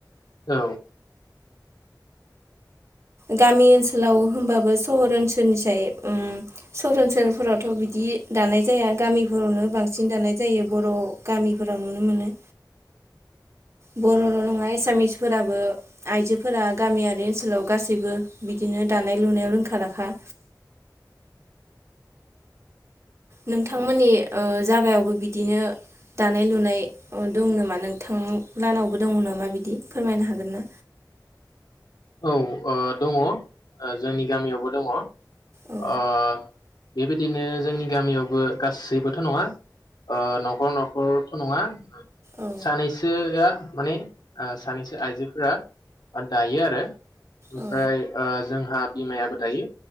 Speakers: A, on the left; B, on the right.
A: औ।
B: गामि ओनसोलाव होनबाबो सहर ओनसोलनिसाय ओम सहर ओनसोलफोरावथ बिदि दानाय जाया गामिफोरावनो बांसिन दानाय जायो बर' गामिफोराव नुनो मोनो। बर'ल नङा एसामिसफोराबो आइजोफोरा गामियारि ओनसोलाव गासैबो बिदिनो दानाय लुनायाव रोंखा राखा नोंथांमोननि ओ जागायावबो बिदिनो दानाय लुनाय दं नामा नोंथां लाहानावबो दङ नामा बिदि फोरमायनो हागोन ना।
A: औ दङ जोंनि गामियावबो दङ
B: औ
A: अ बेबायदिनो जोंनि गामियावबो गासैबोथ नङा नखर नखरथ नङा
B: औ
A: सानैसोआ माने ओ सानैसो आइजोफोरा दायो आरो ओमफ्राय
B: औ
A: ओ जोंहा बिमायाबो दायो